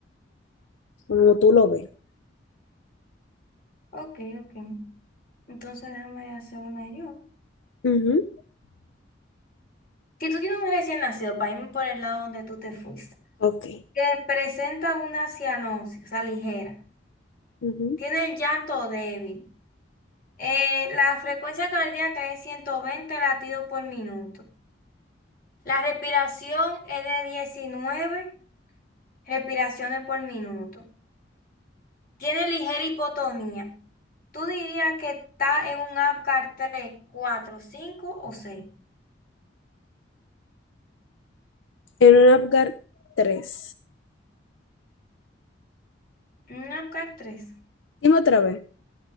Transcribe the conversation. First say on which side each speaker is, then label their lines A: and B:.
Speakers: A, on the left; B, on the left.
A: como tú lo ves.
B: Ok, ok. Entonces déjame hacer una yo.
A: Ujú,
B: Si tú tienes un recién nacido, para irme por el lado donde tú te fuiste,
A: Ok.
B: que presenta una cianosis, o sea, ligera,
A: Ujú.
B: tiene el llanto débil, eh, la frecuencia cardíaca es 120 latidos por minuto, la respiración es de 19 respiraciones por minuto. Tiene ligera hipotonía. ¿Tú dirías que está en un Apgar 3, 4, 5 o 6?
A: En un Apgar tres
B: Un Apgar 3.
A: Dime otra vez.